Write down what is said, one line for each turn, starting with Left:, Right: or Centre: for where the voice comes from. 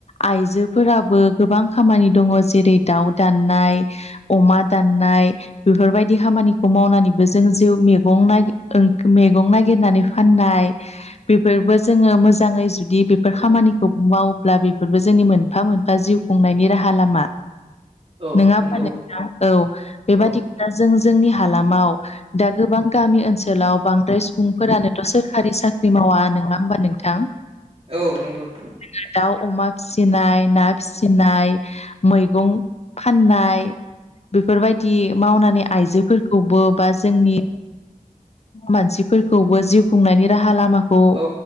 Left: आइजोफोराबो गोबां खामानि दङ जेरै दाउ दाननाय अमा दाननाय बेफोरबायदि खामानिखौ मावनानैबो जों जिउ मैगं न मैगं नागिरनानै फाननाय बेफोरबो जोङो मोजाङै जुदि बेफोर खामानिखौ मावोब्ला बेफोरबो जोंनि मोनफा मोनफा जिउ बुंनायनि राहा लामा
Right: औ
Left: नोङा होनबा
Right: नंगौ
Left: नोंथां औ बेबादि
Right: औ
Left: दा जों जोंनि हालामाव दा गोबां गामि ओनसोलाव ओनसोलाव बांद्राय सुबुंफोरानोथ' सोरखारि साख्रि मावा नङा होमबा नोंथां
Right: औ नंगौ नोंथां
Left: जोङो दाउ अमा फिसिनाय ना फिसिनाय मैगं फाननाय बेफोरबायदि मावनानै आइजोफोरखौबो बा जोंनि मानसिफोरखौबो जिउ खुंनायनि राहा लामाखौ
Right: औ